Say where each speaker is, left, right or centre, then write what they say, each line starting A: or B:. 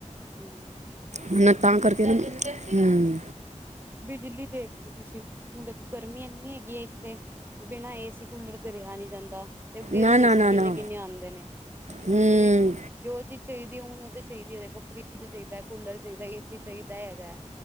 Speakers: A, on the right; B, on the right.
A: ਹਮ।
B: ਹਨ ਤਾਂ ਕਰਕੇ, ਹਮ
A: ਬਿਜਲੀ ਦੇਖ ਲਓ ਤੁਸੀਂ, ਹੁਣ ਦੇਖੋ ਗਰਮੀ ਇੰਨੀ ਹੈਗੀ ਹੈ ਇੱਕੱਥੇ ਬਿਨਾਂ ਏ ਸੀ ਕੁਲਰ ਦੇ, ਰਿਹਾ ਨਹੀਂ ਜਾਂਦਾ। ਤੇ ਬਿੱਲ
B: ਨਾ
A: ਦੇਖੋ
B: ਨਾ ਨਾ
A: ਕਿੰਨੇ
B: ਨਾ
A: ਕਿੰਨੇ ਆਉਂਦੇ ਨੇ,
B: ਹੂੰ
A: ਹੁਣ ਜਿਵੇਂ ਜੋ ਚੀਜ਼ ਚਾਹੀਦੀ ਹੈ, ਹੁੰਨ ੳ ਤਾਂ ਚਾਹੀਦੀ ਹੈ ਦੇਖੋ, ਫਰੀ ਚਾਹੀਦਾ, ਕੂਲਰ ਚਾਹੀਦਾ, ਏ ਸੀ ਚਾਹੀਦਾ ਹੈਗਾ,